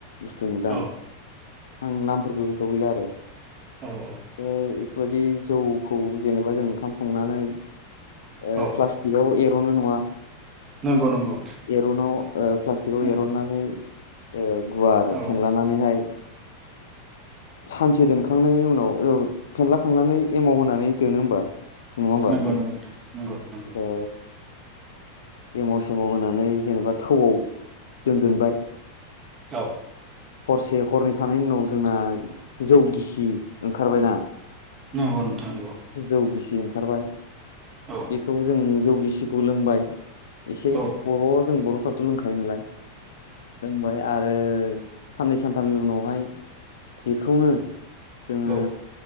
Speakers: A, on the left; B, on the right.
A: इस्थ' नुदां।
B: औ औ
A: आं नामफोरखौ गोसोआव गैला आरो।
B: औ औ।
A: ओमफ्राय बेफोरबायदि जौखौ जेनेबा जों ओंखाम संनानै ओ
B: औ
A: प्लास्टिक आव ए रनो नङा?
B: नंगौ नंगौ
A: एरनाव ओ प्लास्टिकआव
B: उम
A: एरननानै औ गुवार
B: औ
A: फेनलानानैहाय सानसे दोनखांनायनि उनाव औ फेनलाखांनानै एमावहानै दोनो होमबा? होमबा
B: नंगौ
A: नोंथां?
B: नंगौ नोथां। नगौ नगौ।
A: ओ एमाव सेव होनानै जेनेबा थौआव जों दोनबाय
B: औ
A: हरसे हरनै थानायनि उनाव जोंना जौ गिसि ओंखारबायना?
B: औ नोंथां
A: जौ गिसि ओंखारबाय
B: औ
A: बेखौ जों जौ गिसिखौ लोंबाय एसे
B: औ
A: बर'आव जों बर'फ्राथ' लोंखायो नालाय। लोंबाय आरो ओ साननै सानथामनि उनावहाय बेखौनो जोङो
B: औ